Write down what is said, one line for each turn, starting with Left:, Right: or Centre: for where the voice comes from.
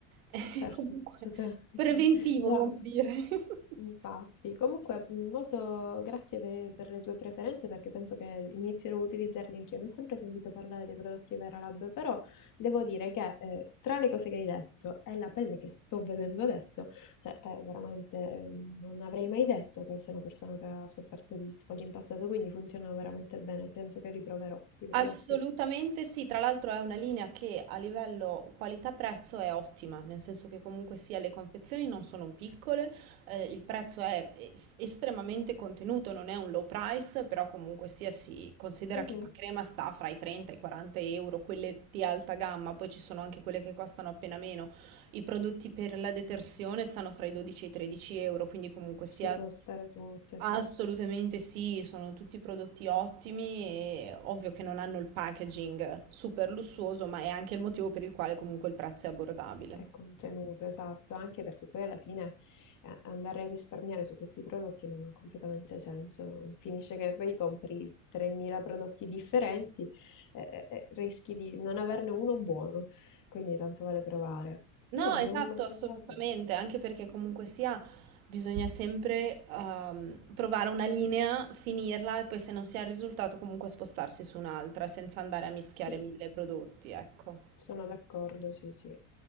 Right: <laughs> è
Left: Certo,
Right: comunque
Left: tutta- <laughs>
Right: preventivo,
Left: già,
Right: come dire. <laughs>
Left: infatti. Comunque, mh, molto grazie per, per le tue preferenze perché penso che inizierò a utilizzarli anch'io. Non ho sempre sentito parlare dei prodotti Vera Lab, però devo dire che eh, tra le cose che hai detto e la pelle che sto vedendo adesso, cioè è veramente eh, non avrei mai detto che sei una persona che ha sofferto di sfoghi in passato, quindi funzionano veramente bene. Penso che li proverò questi prodotti.
Right: Assolutamente sì, tra l'altro è una linea che a livello qualità-prezzo è ottima, nel senso che comunque sia le confezioni non sono piccole, eh, il prezzo è es- estremamente contenuto, non è un low price, però comunque sia si considera
Left: Mhm.
Right: che la crema sta fra i 30 e i 40 euro, quelle di alta gamma, poi ci sono anche quelle che costano appena meno, i prodotti per la detersione stanno fra i 12 e i 13 euro, quindi comunque sia
Left: Ci può stare tutto, sì.
Right: Assolutamente sì, sono tutti prodotti ottimi e ovvio che non hanno il packaging super lussuoso, ma è anche il motivo per il quale comunque il prezzo è abbordabile.
Left: È contenuto, esatto, anche perché poi alla fine eh, andare a risparmiare su questi prodotti non ha completamente senso. Finisce che poi compri 3.000 prodotti differenti e, e rischi di non averne uno buono, quindi tanto vale provare.
Right: No,
Left: Io
Right: esatto,
Left: non ho mai provato.
Right: assolutamente, anche perché comunque sia bisogna sempre ehm, provare una linea, finirla e poi se non si ha il risultato comunque spostarsi su un'altra senza andare a mischiare
Left: Sì.
Right: mille prodotti, ecco.
Left: Sono d'accordo, sì, sì.